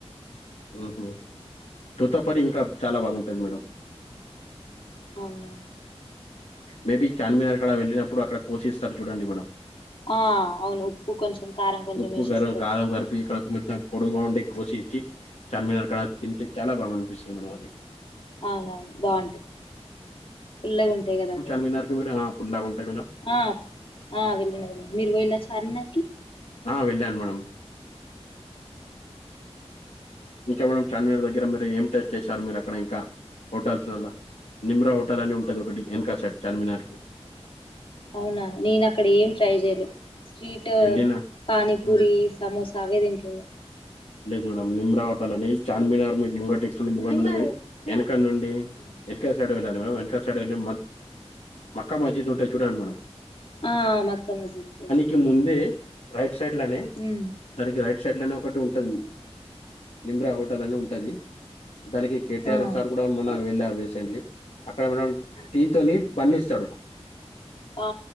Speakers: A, on the left; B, on the left.
A: ఉహూ తోతాపురి ఇంకా చాలా బాగుంటుంది మేడమ్
B: అవునా
A: మేబీ చార్మీినార్క్డ వెళ్ళినప్పుడు అక్కడ కోసి ఇస్తారు చూడండి మేడమ్
B: ఆ అవును ఉప్పు కొంచెం కారం కొంచెం
A: ఉప్పు
B: వేసి
A: కర
B: ఇస్తారు
A: కారంకలిపి ఇక్కడ తినేద్దాం పొడుగుగా ఉంటే కోసి ఇచ్చి చార్మీనర్ కాడ తింటే చాలా బాగా అనిపిస్తుంది మేడం అది
B: అవునవును బాగుంటాయి ఫుల్లగా ఉంటాయి కదా అవి
A: <unintelligible> పుల్లగుంటాయ్ కొంచెం
B: ఆ ఆ వెళ్ళం వెళ్ళ మీరు పోయివచ్చర చార్న్నారుకి
A: ఆ వెళ్ళాను మేడమ్ ఇంకా మేడమ్ చార్మినార్ దగ్గర మీరు ఏం టేస్ట్ చేశారు మీరు అక్కడ ఇంకా హోటల్స్లో నిమ్రా హో చుట్టదన్ని ఉంటుది ఒకటి ఎన్కాసెట్ చార్మినార్కి
B: అవునా నేను అక్కడ ఏం ట్రై చేయలే స్ట్రీట్
A: వెళ్ళిన
B: పానీపూరి
A: హ్మ్.
B: సమోసా తాగేది ఇంట్లోనే
A: లేదు మేడమ్ నిమ్రా హోటల్ అని చార్మినార్ మీరు ముగటిటుడి ముండి వెనక నుండి
B: హ్మ్.
A: వెనకాల సైడ్ వెళ్ళాలి మేడం వెనకాల సైడ్ వెళ్ళి మక్కా మస్జిద్ ఉంటాయి చూడండి మేడం
B: ఆ మక్క మసీద్ తెలుసు
A: ముందుంది రైట్ సైడ్ లోనే
B: ఉమ్
A: దానికి రైట్ సైడ్ లోనే ఒకటి ఉంట ఉంది నిమ్రా హోటల్ అని ఉంటది దానికి కేటిఆర్
B: ఆ
A: సార్ కూడా మన్న వెళ్ళారు రీసెంట్లీ అక్కడ మనం
B: ఆహా!
A: టీ తోని బన్ ఇస్తాడు
B: ఆ